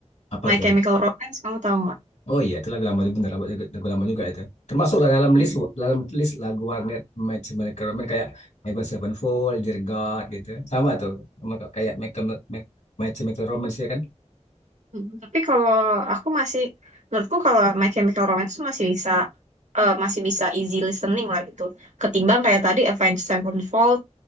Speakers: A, on the left (about 80°); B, on the right (about 80°).
A: apa
B: My
A: tuh
B: Chemical Romance, kamu tahu
A: Oh iya, itu lagu lama juga, bener lagu, lagu lama juga itu. termasuklah dalam
B: nggak?
A: list dalam list lagu warnet macam mereka Roman kayak Avenged Sevenfold, Dear God gitu. Sama tuh, sama kayak Michael Mac- macam Michael Romance ya kan.
B: Hmm, Tapi kalau aku masih, menurutku kalau My Chemical Romance tuh masih bisa, eh, masih bisa easy listening lah gitu. Ketimbang kayak tadi Avenged Sevenfold